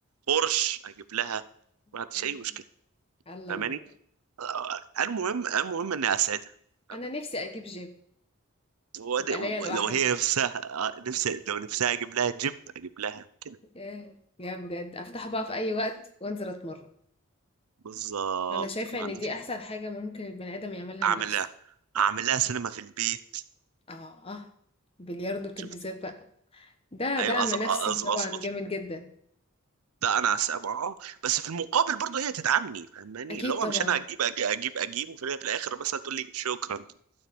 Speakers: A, on the right (about 90°); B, on the left (about 25°).
A: بورش أجيب لها ما عنديش
B: مم.
A: أي مشكلة
B: الله
A: فاهماني
B: الله
A: آه المهم المهم إني أسعدها فاهمة؟
B: أنا نفسي أجيب جيم
A: وأد-
B: يبقى ليا لوحدي
A: لو هي نفسها آه، نفسها لو نفسها أجيب لها جيب أجيب لها كده
B: ياه، يا بجد أفتحه بقى في أي وقت وأنزل أتمرن
A: بالظبط
B: أنا شايفة
A: ما
B: إن
A: عنديش
B: دي أحسن حاجة ممكن البني آدم يعملها
A: أعمل
B: لنفسه
A: لها أعمل لها سينما في البيت
B: اه اه بلياردو وتلفزيون
A: شفت
B: بقى ده
A: أيوة
B: دعم
A: أظ-
B: نفسي
A: أظ-
B: طبعا
A: أظبط
B: جامد جدا
A: ده انا س- اه بس في المقابل برضه هي تدعمني فاهماني
B: أكيد
A: اللي هو
B: طبعا
A: مش انا اجيب اجيب اجيب, أجيب وفي في الاخر مثلا تقول لي شكرا